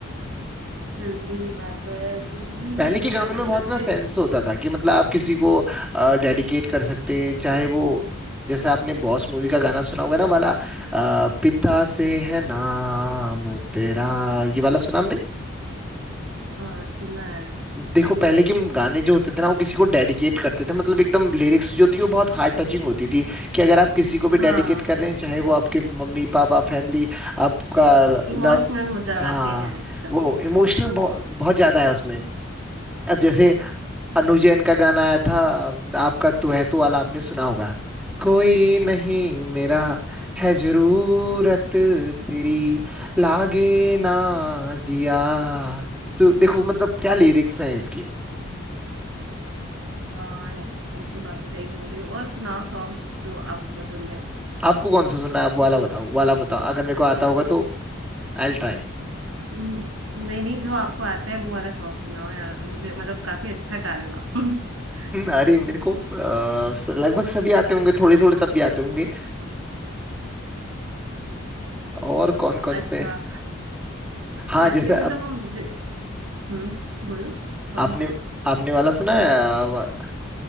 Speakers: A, on the right; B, in the centre.
A: बिल्कुल ये बात तो है कुछ भी
B: पहले
A: मतलब
B: के गानों
A: गाना
B: में बहुत
A: बना
B: ना सेंस
A: दे
B: होता था कि मतलब आप किसी को डेडिकेट कर सकते हैं चाहे वो जैसे आपने बॉस मूवी का गाना सुना होगा ना वाला आ, पिता से है नाम तेरा ये वाला सुना
A: हाँ सुना है
B: देखो पहले के गाने जो होते थे ना वो किसी को डेडिकेट करते थे मतलब एकदम लिरिक्स जो थी वो बहुत हार्ट टचिंग होती थी कि अगर आप किसी को भी डेडिकेट
A: हाँ
B: कर रहे हैं चाहे वो आपके मम्मी पापा फैमिली आपका
A: इमोशनल
B: लव
A: हो जाते
B: हाँ
A: हैं एकदम
B: वो इमोशनल बहुत बहुत ज्यादा है उसमें अब जैसे अनु जैन का गाना आया था आपका तू है तू वाला आपने सुना होगा कोई नहीं मेरा है जरूरत तेरी लागे ना जिया तो देखो मतलब क्या लिरिक्स हैं इसकी
A: हाँ ये तो काफी सही बोल रहे हो और सुनाओ सॉन्ग्स जो आपको पसंद है
B: आपको कौन सा सुनना है आप वाला बताओ वाला बताओ अगर मेरे को आता होगा तो आई विल ट्राई
A: न- नहीं नहीं जो आपको आता है वो वाला सॉन्ग सुनाओ यार मुझे मतलब काफी अच्छा गा रहे हो आप <laughs>
B: अरे मेरे को अ, स- लगभग सभी आते होंगे थोड़े थोड़े तब भी आते होंगे और कौन
A: हाँ
B: कौन
A: अच्छा
B: से हाँ
A: जैसे
B: जैसे
A: मतलब
B: अब
A: हम दे- हम्म बोलो कौन
B: आपने
A: सा
B: आपने वाला सुना है अ, वा-